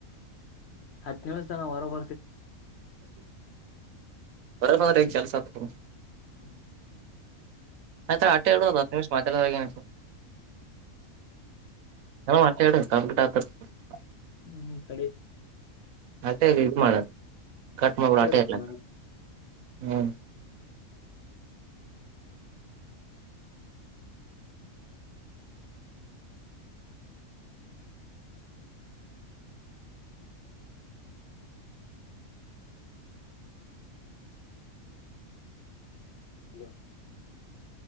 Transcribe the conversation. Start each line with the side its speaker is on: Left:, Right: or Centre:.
Left: ಹತ್ತು ನಿಮಿಷ ತನ ಹೊರಗ
Right: ಬರ ಮ ಚಲ್ಸ. <unintelligible>
Left: ಹ್ಮ <inaudible>
Right: ಆಯ್ತಾ ಅಟೆ ಇಡುಹೇಳಿದರು <unintelligible> ನ್ಯೂಸ್ ಮಾತಾಡಾಗಿದೆ. ಹ್ಮ್ ಆಅಟೆ ಇಡು. ಕಟತ. <inaudible>
Left: ಹ್ಮ್ ಹ್ಮ್ ತಡಿ
Right: ಅತ್ತೇ ವಿರು ಮಾಡಣ <unintelligible> ಕಟ್ ಮಾಡ
Left: ಅಷ್ಟೇ
Right: ಆಟೇ
Left: ಇಡ್ತೀನಿ
Right: ಇರ್ಲ.
Left: ನಾನು
Right: ಹ್ಮ್
Left: ಹಲೋ